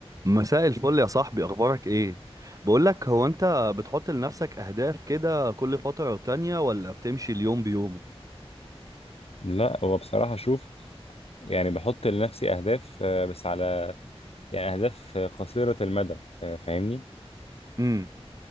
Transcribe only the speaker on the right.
مساء <laughs> الفل يا صاحبي اخبارك ايه بقول لك هو انت بتحط لنفسك اهداف كده كل فترة تانية ولا بتمشي اليوم بيومه
امم